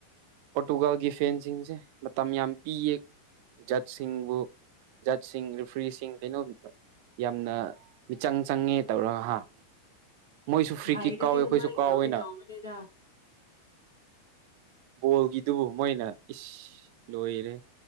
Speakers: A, on the right (about 45°); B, on the left (about 80°).
A: ꯄꯣꯔꯇꯨꯒꯥꯜꯒꯤ ꯐꯦꯟꯁꯤꯡꯁꯦ ꯃꯇꯝ ꯌꯥꯝ ꯄꯤꯌꯦ ꯖꯠꯁꯤꯡꯕꯨ ꯖꯠꯁꯤꯡ ꯔꯤꯐ꯭ꯔꯤꯁꯤꯡ ꯀꯩꯅꯣ ꯌꯥꯝꯅ ꯃꯤꯆꯪ ꯆꯪꯉꯦ ꯇꯧꯔꯒ ꯍꯥ ꯃꯣꯏꯁꯨ ꯐ꯭ꯔꯤ
B: ꯍꯩꯔꯗꯤ
A: ꯀꯤꯛ ꯀꯥꯎꯋꯦ
B: ꯑꯗꯨꯃꯥꯏꯅ
A: ꯑꯩꯈꯣꯏꯁꯨ ꯀꯥꯎꯋꯦꯅ
B: <unintelligible>
A: ꯕꯣꯜꯒꯤꯗꯨꯕꯨ ꯃꯣꯏꯅ ꯏꯁ ꯂꯣꯏꯔꯦ